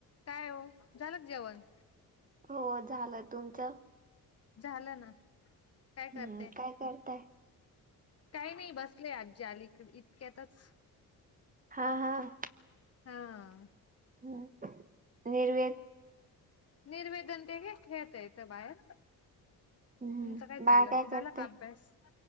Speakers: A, on the left; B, on the right.
A: काय हो झालं का जेवण?
B: हो झालं तुमच?
A: झालं ना काय
B: हम्म
A: करते?
B: काय करताय
A: काही नाही बसलेय आजी आली इकड इतक्यातच.
B: हां हां.
A: हां.
B: हम्म. निर्वेद
A: निर्वेदन ते हे खेळता इथं बाहेर.
B: हम्म
A: तुमचं काय चाललं
B: बाळ
A: झालं
B: करतय
A: का अभ्यास?